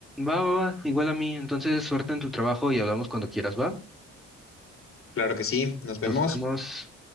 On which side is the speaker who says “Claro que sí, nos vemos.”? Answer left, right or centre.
Left